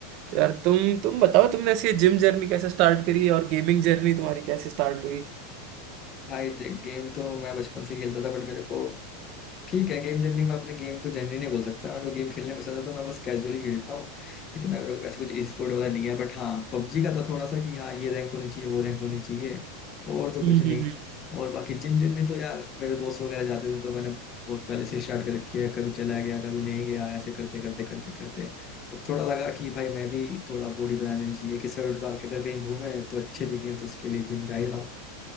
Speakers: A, on the right (about 45°); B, on the left (about 30°).
A: तो यार तुम तुम बताओ तुमने ऐसी जिम जर्नी कैसे स्टार्ट करी और गेमिंग जर्नी तुम्हारी कैसे स्टार्ट
B: भाई देख गेम तो मैं बचपन से ही खेलता था बट मेरे को ठीक है गेम जर्नी में अपने गेम को जर्नी नहीं बोल सकता और वो गेम खेलने पसंद है तो मैं बस कैजुअली खेलता हूँ ये तो मैं मेरे को ऐसे कुछ ई स्पोर्ट वाला नहीं है बट हाँ पबजी का तो थोड़ा सा कि हाँ ये रैंक होनी चाहिए वो रैंक होनी चाहिए और तो
A: हुई
B: कुछ नहीं और बाकी जिम जर्नी तो यार मेरे दोस्त वगैरह जाते थे तो मैंने बहुत पहले से स्टार्ट कर रखी है कभी चला गया कभी नहीं गया ऐसे करते करते करते करते तो थोड़ा लगा कि भाई मैं भी थोड़ा बॉडी बनानी चाहिए कि सर उतार के अगर कहीं घूमे तो अच्छे दिखे तो उसके लिए जिम जा ही रहा